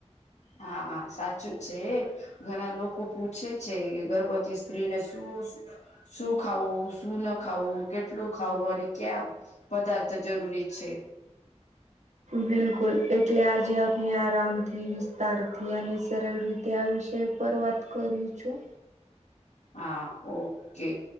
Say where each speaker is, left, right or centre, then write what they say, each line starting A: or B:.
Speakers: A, on the left; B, on the right.
A: હા, હા સાચું છે. ઘણા લોકો પૂછે છે, કે ગર્ભવતી સ્ત્રીને શું શું ખાવું શું ના ખાવું કેટલું ખાવું અને ક્યાં પદાર્થ જરૂરી છે?
B: બિલકુલ એટલે આજે આપણે આરામથી વિસ્તારથી અને સરળ રીતે તે વિષય પર વાત કરી છું.
A: હા ઓકે,